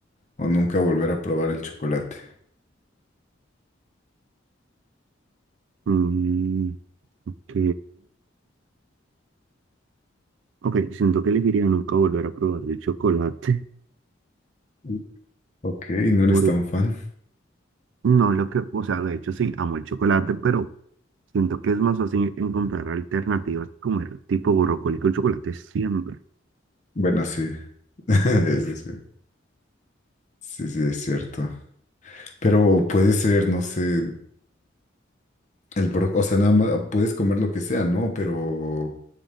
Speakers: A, on the left; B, on the right.
A: o nunca volver a probar el chocolate?
B: Mm, ok. Ok, siento que elegiría nunca volver a probar el chocolate
A: Mm. Ok, no
B: <laughs>
A: eres
B: porque
A: tan fan.
B: No, lo que, o sea, de hecho sí, amo el chocolate, pero siento que es más fácil encontrar alternativas, comer tipo brócoli con chocolate siempre.
A: Bueno, sí, <laughs> eso sí, sí, sí, es cierto. Pero puede ser, no sé, El brócoli, o sea, nada más puedes comer lo que sea, ¿no? Pero